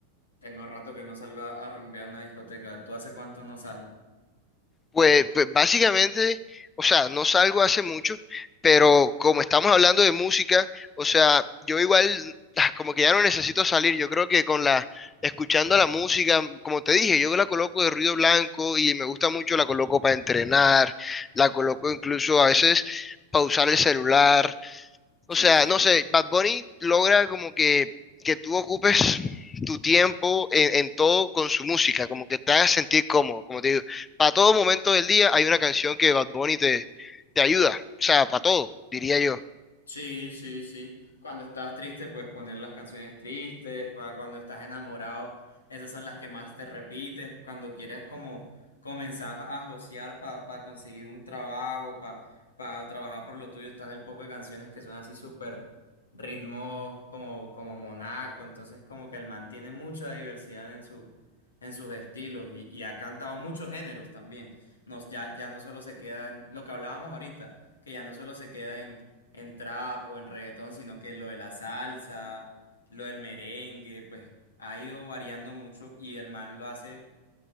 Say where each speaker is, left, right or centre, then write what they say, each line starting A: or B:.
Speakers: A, on the left; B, on the left.
A: tengo rato que no salgo a, a rumbear a una discoteca. ¿Tú hace cuánto no sales?
B: Pues, pues básicamente, o sea, no salgo hace mucho, pero como estamos hablando de música, o sea, yo igual <laughs> ah, como que ya no necesito salir, yo creo que con la, escuchando la música, como te dije, yo la coloco de ruido blanco y me gusta mucho, la coloco para entrenar, la coloco incluso a veces pausar el celular
A: Sí,
B: O sea,
A: sí.
B: no sé, Bad Bunny logra como que, que tú ocupes tu tiempo en, en todo con su música, como que te hagas sentir cómodo. Como te digo, para todo momento del día hay una canción que Bad Bunny te, te ayuda. O sea, para todo, diría yo.
A: Sí, sí, sí. Cuando estás triste, pues poner las canciones tristes, para cuando estás enamorado, esas son las que más te repites, cuando quieres como comenzar a josear para conseguir un trabajo, para trabajar por lo tuyo, están el poco de canciones que son así súper ritmos como, como monaco, entonces como que él mantiene mucha diversidad en su, en sus estilos y, y ha cantado muchos géneros también. No, ya, ya no solo se queda en lo que hablábamos ahorita, que ya no solo se queda en en trap o en reggaetón, sino que lo de la salsa, lo del merengue, pues ha ido variando mucho y el man lo hace